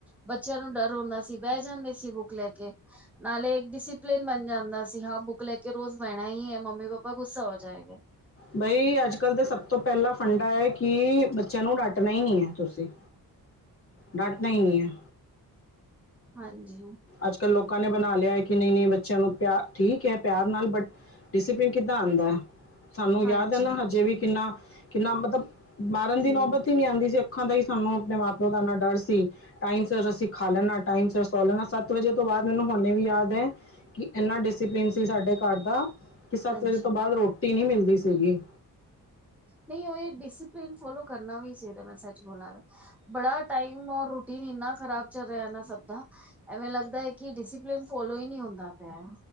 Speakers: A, in the centre; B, on the left (about 35°).
A: ਬੱਚਿਆਂ ਨੂੰ ਡਰ ਹੁੰਦਾ ਸੀ। ਬਹਿ ਜਾਂਦੇ ਸੀ ਬੁੱਕ ਲੈ ਕੇ। ਨਾਲੇ ਇਕ ਡਿਸਿਪਲਿਨ ਬਣ ਜਾਦਾ ਸੀ ਹਾਂ ਬੁੱਕ ਲੈ ਕੇ ਰੋਜ਼ ਬਹਿਣਾ ਹੀ ਹੈ। ਮੰਮੀ- ਪਾਪਾ ਗੁੱਸਾ ਹੋ ਜਾਏਗੇ।
B: ਬਈ ਅਜ ਕਲ ਤਾਂ ਸਭ ਤੋਂ ਪਹਿਲਾਾਂ ਫੰਡਾ ਹੈ। ਕਿ ਬੱਚਿਆਂ ਨੂੰ ਡੱਟਣਾ ਹੀ ਨਹੀ ਹੈ। ਤੁਸੀ।
A: ਹਾਂ <inaudible>
B: ਡਾਂਟਣਾ ਹੀ ਨਹੀ ਹੈ।
A: ਹਾਂਜੀ।
B: ਅਜ ਕਲ ਲੋਕਾਂ ਨੇ ਬਣਾ ਲਿਆ ਹੈ। ਕਿ ਨਹੀ- ਨਹੀ ਬੱਚਿਆਂ ਨੂੰ ਪਿਆ ਠੀਕ ਹੈ। ਪਿਆਰ ਨਾਲ ਬਟ ਡਿਸਪਲਿਨ ਕਿੱਦਾ ਆਉਂਦਾ। ਸਾਨੂੰ
A: ਹਾਂਜੀ
B: ਯਾਦ ਹੈ। ਨਾ ਹਜੇ ਵੀ ਕਿਨਾ- ਕਿਨਾ ਮਤਲਬ ਮਾਰਨ ਦੀ
A: ਹਮ
B: ਨੌਬਤ ਹੀ ਨਹੀ ਆਉਦੀ ਸੀ। ਅੱਖਾਂ ਦਾ ਹੀ ਸਾਨੂੰ ਆਪਣੇ ਮਾਂ- ਪਿਓ ਦਾ ਇਨਾ ਡਰ ਸੀ। ਟਾਈਮ ਸਿਰ ਅਸੀ ਖਾ ਲੈਣਾ, ਟਾਈਮ ਸਿਰ ਸੌ ਲੈਣਾ। ਸੱਤ ਵਜੇ ਤੋਂ ਬਾਅਦ ਮੈਨੂੰ ਹੁਾਨੇ ਵੀ ਯਾਦ ਹੈ। ਕਿ ਇਨਾ ਡਿਸਪਲਿਨ ਸੀ ਸਾਡੇ ਘਰ ਦਾ ਕਿ ਸੱਤ
A: ਹਾਂਜੀ
B: ਵਜੇ ਤੋਂ ਬਾਅਦ ਰੋਟੀ ਨਹੀ ਮਿਲਦੀ ਸੀਗੀ।
A: ਨਹੀ ਉਹ ਇਹ ਡਿਸਪਲਨ ਫੋਲੋ ਕਰਨਾ ਵੀ ਚਾਹੀਦਾ। ਮੈ ਸੱਚ ਬੋਲਾ ਬੜਾ ਟਾਈਮ ਔਰ ਰੂਟੀਨ ਇਨਾ ਖਰਾਬ ਚਲ ਰਿਹਾ ਇਹਨਾ ਸਭ ਦਾ। ਐਵੇਂ ਲਗਦਾ ਹੈ। ਕਿ ਡਿਸਪਲਿਨ ਫੋਲੋ ਹੀ ਨਹੀ ਹੁੰਦਾ ਪਿਆ।